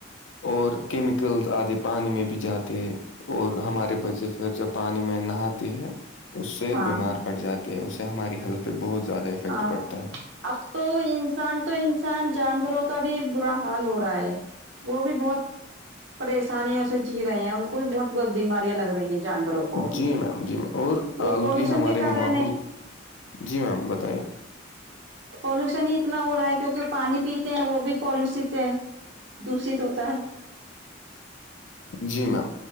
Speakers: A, on the left; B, on the right.
A: اور کیمیکلز آتے پانی میں بھی جاتے اور ہمارے بچے پھر جب پانی میں نہاتی ہے اس سے
B: ہاں
A: بیمار
B: ہاں
A: پڑ جاتے ہیں اس سے ہماری ہیلت پہ بہت زیادہ افیکٹ
B: ہاں
A: پڑتا ہے
B: اب تو انسان تو انسان جانوروں کا بھی برا حال ہو رہا ہے وہ بھی بہت پریشانییا اس سے جی رہے ہیں ان کو بھی بہت بہت بیماریاں لگ رہی ہیں جانوروں کو بھی
A: جی میم جی اور
B: یہ
A: آلودگی
B: پالوشن
A: ہمارے
B: کے کارن
A: ماحول
B: ہے
A: جی میم بتائیے
B: پالوشن ہی اتنا ہو رہا ہے کیونکہ پانی پیتے ہیں وہ بھی پالوشت ہے دوسیت ہوتا ہے
A: جی میم